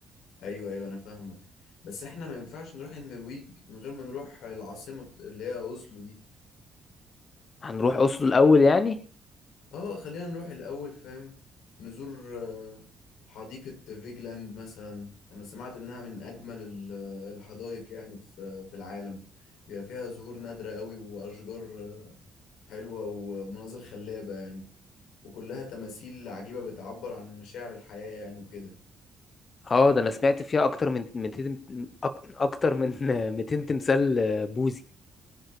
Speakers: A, on the left (about 80°); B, on the left (about 30°).
A: ايوه ايوه انا فاهمك بس احنا ما ينفعش نروح النرويج من غير ما نروح العاصمة بت- اللي هي اوسلو دي
B: هنروح أسلو الأول يعني
A: اه خلينا نروح الاول فاهم نزور آه، حديقة فيجلاند مثلا انا سمعت انها من اجمل ال- الحدائق يعني في في العالم بيبقى فيها زهور نادرة قوي واشجار آه، حلوة ومناظر خلابة يعني وكلها تماثيل عجيبة بتعبر عن مشاعر الحياة يعني وكده
B: اه ده انا سمعت فيها اكتر من 200 أك- اكتر من <laughs> 200 تمثال بوذي